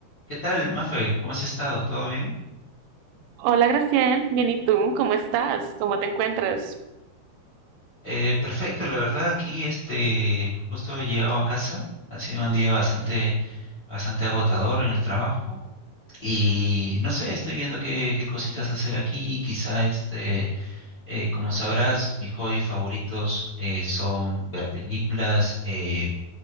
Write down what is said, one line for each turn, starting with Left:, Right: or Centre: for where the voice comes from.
Left: ¿Qué tal, Mafe? ¿Cómo has estado? ¿Todo bien?
Right: Hola, Graciel. Bien, ¿y tú? ¿Cómo estás? ¿Cómo te encuentras?
Left: Eh, perfecto, la verdad aquí este justo he llegado a casa, ha sido un día bastante bastante agotador en el trabajo y no sé, estoy viendo qué, qué cositas hacer aquí, quizá este eh, como sabrás, mis hobbies favoritos eh, son ver películas, eh,